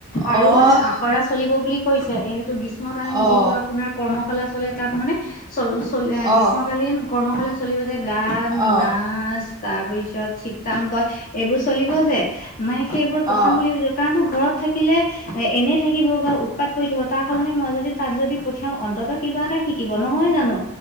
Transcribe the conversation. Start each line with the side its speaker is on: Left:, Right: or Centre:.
Right: অ',
Left: আৰু মানে আখৰা চলিব বুলি কৈছে এইটো গ্ৰীষ্মকালীন
Right: অ',
Left: যিটো আপোনাৰ কৰ্ম শালাচলে তাত মানে চল চল গ্ৰীষ্মকালীন
Right: অ',
Left: কৰ্মশালা চলিব যে গান,
Right: অ',
Left: নাচ তাৰপিছত চিত্ৰাংকন এইবোৰ চলিব যে মানে সেইবোৰত
Right: অ',
Left: পথম বুলি ভাবছো কাৰণ তো ঘৰত থাকিলে এনেই থাকিব বা উৎপাত কৰি থাক তাৰ সলনি মই যদি তাত যদি পঠিয়াও অন্তত কিবা এটা থাকিব নহয় জানো